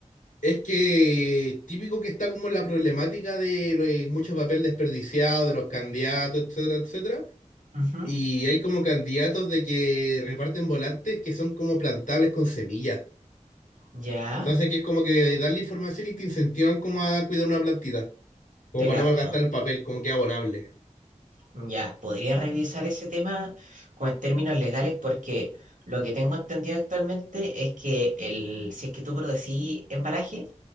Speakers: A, on the left; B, on the right.
A: es que típico que está como la problemática de, lo de mucho papel desperdiciado de los candidatos, etcétera, etcétera.
B: Ujú.
A: Y hay como candidatos de que reparten volantes que son como plantables con semillas.
B: Ya,
A: Entonces, que es como que dan la información y te incentivan como a cuidar una plantita, como
B: te
A: para
B: capto.
A: no malgastar el papel, como que es abonable.
B: Ya, podría revisar ese tema con términos legales porque lo que tengo entendido actualmente es que el, si es que tú producís embalaje,